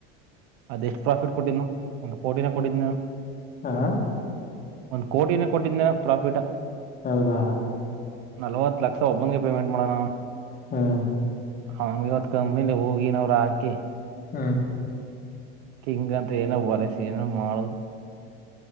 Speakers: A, on the right; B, on the left.
A: ಅದೆ ಎಷ್ಟು ಪ್ರಾಫಿಟ್ ಕೊಟ್ಟ್ನು ಒಂದು ಕೋಟಿನೇ ಕೊಡಿದ್ನೇನೋ
B: ಹಾ
A: ಒಂದ್ ಕೋಟಿನೇ ಕೊಟ್ಟಿದ್ದೇ ಪ್ರಾಫಿಟಾ
B: ಹೌದಾ
A: ನಲ್ವತ್ತು ಲಕ್ಷ ಒಬ್ಬನ್ಗೆ ಪೇಮೆಂಟ್ ಮಾಡನ ಅವ
B: ಹಾ
A: ಹಂ ಇವತ್ ಕಮ್ಮನಿ ಹೋಗಿ ನವರ್ ಹಾಕಿ
B: ಹ್ಮ್
A: ಕಿಂಗ್ ಅಂತ ಏನೋ ವರಸಿ ಏನೋ ಮಾಡಿದ್ರು